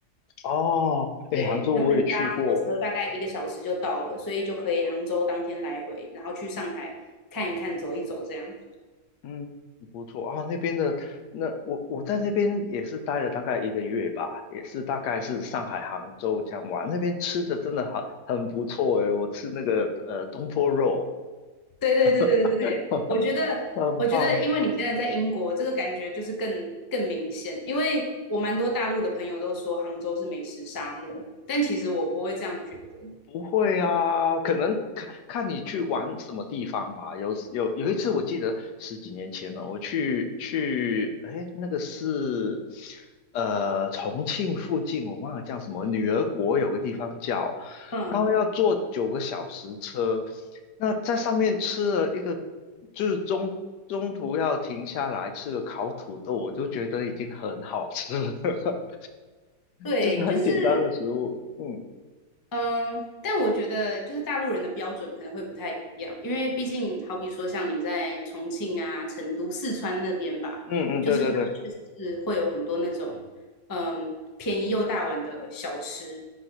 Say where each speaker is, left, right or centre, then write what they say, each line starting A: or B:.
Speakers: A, on the left; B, on the left.
A: 哦，哎，
B: 对，
A: 杭州我也去过，
B: 他们搭火车大概一个小时就到了，所以就可以杭州当天来回，然后去上海看一看、走一走这样。
A: 嗯，不错啊，那边的，那我我在那边也是待了大概一个月吧，也是大概是上海、杭州这样玩，那边吃的真的很很不错诶，我吃那个呃东坡肉，
B: 对对对对对，
A: <laughs>
B: 我觉得我觉得，
A: 很棒。
B: 因为你现在在英国，这个感觉就是更更明显。因为我蛮多大陆的朋友都说杭州是美食沙漠，但其实我不会这样觉得。
A: 不会啊，可能看看你去玩什么地方吧。有有有一次，我记得十几年前了，我去去，哎，那个是呃重庆附近，我忘了叫什么，女儿国有个地方叫，
B: 嗯，
A: 然后要坐九个小时车，那在上面吃了一个，就是中中途要停下来吃个烤土豆，我就觉得已经很好吃了，<laughs>
B: 对，
A: 就是很简单的食物。
B: 就是
A: 嗯
B: 嗯，但我觉得就是大陆人的标准可能会不太一样，因为毕竟好比说像你在重庆啊、成都、四川那边吧，
A: 嗯嗯，
B: 就是他们确实是会有很多那种嗯便宜又大碗的小吃，
A: 对对对